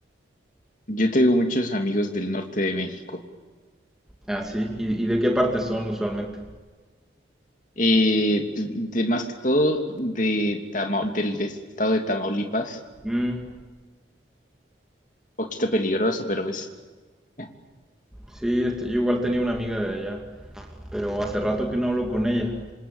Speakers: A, on the left (about 45°); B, in the centre.
A: yo tengo muchos amigos del norte de México,
B: Ah, sí. ¿Y, y de qué parte son usualmente?
A: Eh, pues, de más que todo de Tama- del estado de Tamaulipas,
B: Mm,
A: poquito peligroso, pero pues <laughs>
B: sí, este, yo igual tenía una amiga de allá, pero hace rato que no hablo con ella.